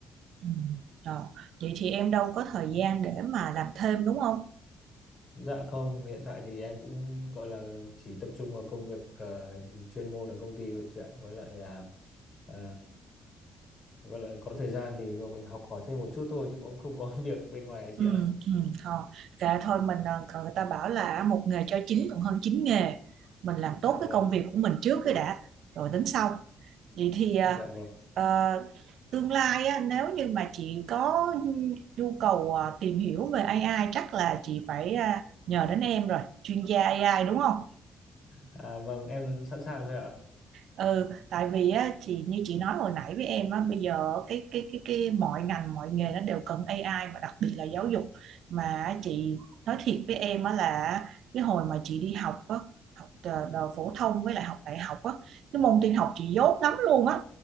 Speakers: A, on the right; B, on the left.
A: Ừ. Rồi. Vậy thì em đâu có thời gian để mà làm thêm đúng không?
B: Dạ không, hiện tại thì em cũng gọi là chỉ tập trung vào công việc ờ, chuyên môn ở công ty thôi chị ạ. Với lại là ờ, gọi là có thời gian thì mình học hỏi thêm một chút thôi chứ cũng không có <laughs> việc bên ngoài ấy chị
A: Ừ,
B: ạ.
A: ừ, thôi kệ thôi mình ờ, còn người ta bảo là một nghề cho chín còn hơn chín nghề mình làm tốt
B: Dạ vâng,
A: cái công việc của mình trước cái đã rồi tính sau vậy thì ờ,
B: dạ vâng.
A: ờ, tương lai á, nếu như mà chị có nhu cầu ờ, tìm hiểu về AI chắc là chị phải ờ, nhờ đến em rồi chuyên gia AI đúng không
B: À vâng, em sẵn sàng thôi ạ.
A: ừ tại vì á chị như chị nói hồi nãy với em á bây giờ cái cái cái cái mọi ngành mọi nghề nó đều cần AI mà đặc biệt là giáo dục mà chị nói thiệt với em á là cái hồi mà chị đi học á học đờ- đờ phổ thông với lại học đại học á cái môn tin học chị dốt lắm luôn á